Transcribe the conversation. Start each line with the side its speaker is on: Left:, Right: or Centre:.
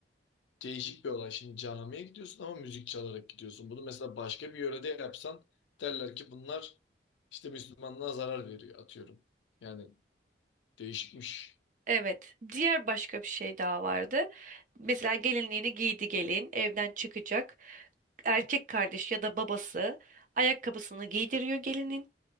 Left: Değişik bir olay. Şimdi camiye gidiyorsun ama müzik çalarak gidiyorsun. Bunu mesela başka bir yörede yapsan derler ki bunlar işte Müslümanlığa zarar veriyor atıyorum. Yani değişikmiş.
Right: Evet, diğer başka bir şey daha vardı. Mesela gelinliğini giydi gelin, evden çıkacak. Erkek kardeş ya da babası ayakkabısını giydiriyor gelinin.